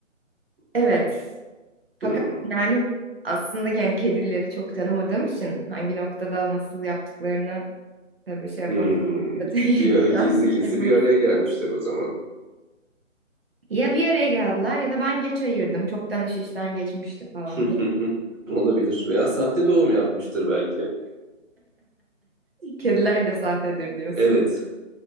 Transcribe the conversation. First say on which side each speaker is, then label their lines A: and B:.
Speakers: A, on the right; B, on the right.
A: Evet. Fakat
B: Hmm.
A: yani aslında yani kedileri çok tanımadığım için hangi noktada nasıl yaptıklarını tabii şey yapamam.
B: Hmm.
A: Zaten <laughs>
B: Bir ara gizli
A: yani
B: gizli
A: Girmek-
B: bir araya gelmişler o zaman.
A: Ya bir araya geldiler ya da ben geç ayırdım. Çoktan iş işten geçmişti falan.
B: <laughs> Olabilir. Veya sahte doğum yapmıştır belki.
A: Kediler de sahtedir diyorsun.
B: Evet,